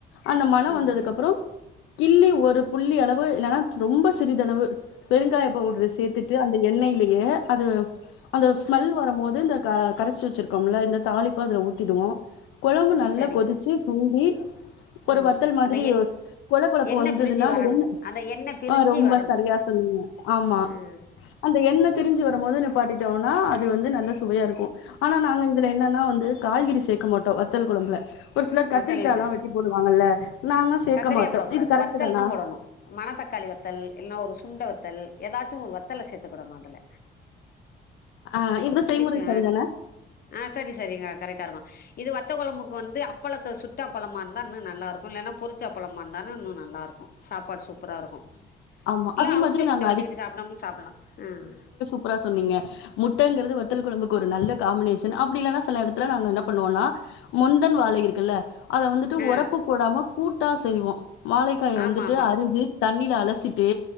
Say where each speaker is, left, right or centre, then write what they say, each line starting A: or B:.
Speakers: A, on the left; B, on the left.
A: அந்த மண
B: ம்
A: வந்ததுக்கப்பறோ கிள்ளி ஒரு புள்ளி அளவு இல்லனா ரொம்ப சிறிதளவு பெருங்காய பவுட்ரு சேத்துட் டு அந்த எண்ணெயிலயே அது அந்த ஸ்மெல் வரும் மோது இந்த க கரைச்சு வச்சிருக்கோம்ல இந்த தாளிப்ப அதுல ஊத்திடுவோ கொழம்பு
B: ம்
A: நல்லா
B: சரி
A: கொதிச்சு சுண்டி ஒரு
B: ம்
A: வத்தல் மாதிரி
B: அந்த எ
A: ஒர் கொல கொலப்பு
B: எண்ணெய்
A: வந்ததுனா
B: பிரிஞ்சு
A: அந்த
B: வரணும்
A: எண்ணெ
B: அந்த எண்ணெய் பிரிஞ்சு
A: ஆ ரொம்ப
B: வரணும்
A: சரியா சொ சொன்னீங்க ஆமா
B: ம்
A: அந்த எண்ணெ திரிஞ்சு வரும்போது நிப்பாட்டிட்டோனா அது வந்து நல்ல சுவையா இருக்கு ஆனா நாங்க இதுல என்னன்னா வந்து காய்கறி சேக்க மாட்டோ வத்தல் கொழம்புல ஒரு சிலர் கத்திரிக்காலா
B: வத்தலுங்க
A: வெட்டி போடுவாங்கல்ல நாங்க சேக்க
B: கத்திரியா
A: மாட்டோ
B: போடக்கூடாது
A: இது கரெக்ட்டு
B: வத்தல்
A: தானா
B: தான் போடணும் மணத்தக்காளி வத்தல் இல்லனா ஒரு சுண்ட வத்தல் எதாச்சு ஒரு வத்தல சேத்துக்கிடணு அதுல
A: ஆ இந்த செய்முறை
B: செ
A: சாரி தானா
B: ஆ சரி சரிங்க கரெக்டா இருக்கு இது வத்த கொழம்புக்கு வந்து அப்பளத்த சுட்ட அப்பளமா இருந்தா இன்னு நல்லா இருக்கு இல்லனா பொரிச்ச அப்பளமா இருந்தாலு இன்னு நல்லாருக்கு சாப்பாடு சூப்பரா இருக்கு
A: ஆமா
B: இல்ல
A: அதே
B: அவுச்ச
A: மாதிரி
B: முட்ட
A: நாங்க
B: வச்சுக்கிட்டு சாப்பிடனுன் சாப்பிட்லா ம்
A: ப்பரா சொன்னீங்க முட்டங்கிறது வத்தல் கொழம்புக்கு ஒரு நல்ல காம்பினேஷன் அப்டி இல்லனா சில எடத்துல நாங்க என்ன பண்ணுவோனா மொந்தன் வாழை இருக்குல்ல அத வந்துட்டு
B: ஆ
A: ஒரப்பு போடாம கூட்டா செய்வோ வாழைக்காய வந்துட்டு
B: ஆமாம் ஆமாம்
A: அருகி தண்ணில அலசிட்டு